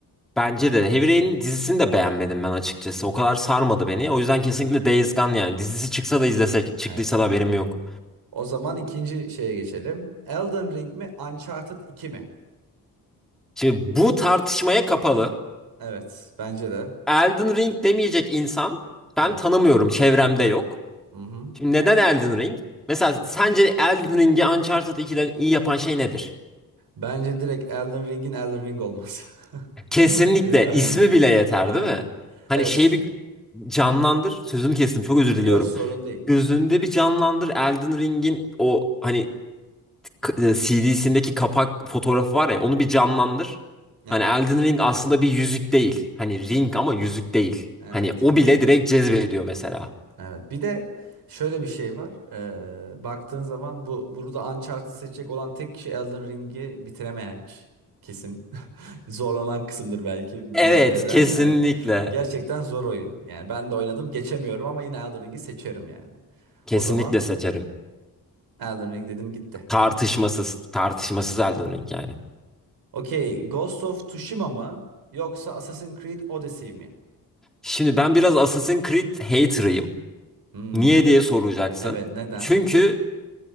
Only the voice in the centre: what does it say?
Bence de Heavy Rain'in dizisini de beğenmedim ben açıkçası. O kadar sarmadı beni. O yüzden
kesinlikle Days Gone yani dizisi çıksa da izlesek, çıktıysa
da haberim yok.
Şimdi bu tartışmaya kapalı.
Elden Ring demeyecek insan ben
tanımıyorum. Çevremde yok.
Şimdi neden Elden Ring? Mesela sence Elden Ring'i Uncharted 2'den iyi yapan şey nedir?
Kesinlikle
ismi bile yeter
değil mi? Hani
şeyi
bir canlandır. Sözünü kestim çok özür diliyorum.
Gözünde bir canlandır Elden Ring'in o hani CD'sindeki kapak fotoğrafı var ya onu bir canlandır.
Hani Elden Ring aslında bir yüzük değil. Hani ring ama yüzük değil.
Hani o bile direkt cezbediyor mesela.
Evet
kesinlikle.
Kesinlikle
seçerim.
Tartışmasız, tartışmasız Elden Ring yani.
Şimdi ben biraz Assassin's Creed hater'ıyım.
Niye diye soracaksın.
Çünkü